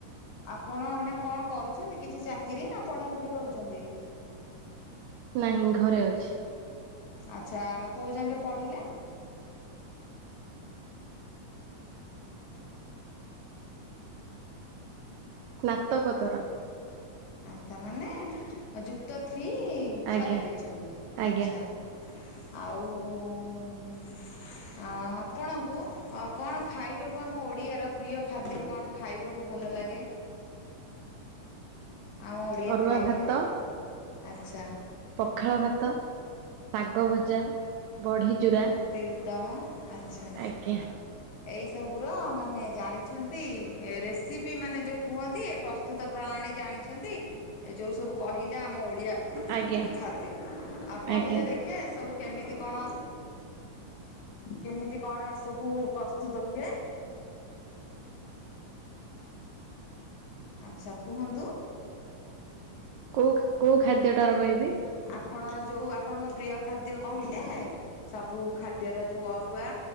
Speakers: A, on the left; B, on the right.
A: ଆପଣ ଏଇନା କଣ କରୁଛନ୍ତି କିଛି ଚାକିରି ନା ପଢାପଢି କରୁଛନ୍ତି?
B: ନାହିଁ ଘରେ ଅଛି।
A: ଆଚ୍ଛା କୋଉ ଯାଙ୍କେ ପଢିଲେ?
B: ସ୍ନାତକୋତର
A: ଆ ତା ମାନେ ଯୁକ୍ତ ଫି
B: ଆଜ୍ଞା
A: ସରେଇ ଦେଇଛନ୍ତି
B: ଆଜ୍ଞା
A: ଆଚ୍ଛା ଆଉ ହୁଁ। ଆପଣଙ୍କୁ କଣ ଖାଇବାକୁ ଆମ ଓଡ଼ିଆର ପ୍ରିୟ ଖାଦ୍ୟ କଣ ଖାଇବାକୁ ଭଲ ଲାଗେ। ଆମ ଓଡ଼ିଆ
B: ଅରୁଆ
A: ଖାଇବା
B: ଭାତ
A: ଆଚ୍ଛା।
B: ପଖାଳ ଭାତ ଶାଗ ଭଜା ବଢି ଚୁରା
A: ଅତିଉତ୍ତମ ଆଚ୍ଛା।
B: ଆଜ୍ଞା
A: ଏଇ ସବୁର ମାନେ ଜାଣିଛନ୍ତି ଏ ରେସିପି ମାନେ ଯୋଉ କୁହନ୍ତି ପ୍ରସ୍ତୁତ ପ୍ରଣାଳୀ? ଜାଣିଛନ୍ତି ଯୋଉ ସବୁ କହିଲେ ଆମ ଓଡ଼ିଆ
B: ଆଜ୍ଞା
A: ଖାଦ୍ୟ ଆଉ କହିଲେ
B: ଆଜ୍ଞା
A: ଦେଖିଆ ଏସବୁ କେମିତି କଣ? କେମିତି କଣ ଏସବୁ ପ୍ରସ୍ତୁତ ହୁଏ? ଆଚ୍ଛା କୁହନ୍ତ।
B: କୋଉ କୋଉ ଖାଦ୍ୟଟାର କହିବି?
A: ଆପଣ ଯୋଉ ଆପଣଙ୍କ ପ୍ରିୟ ଖାଦ୍ୟ କହିଲେ ସବୁ ଖାଦ୍ୟର ଯୋଉ ଅରୁଆ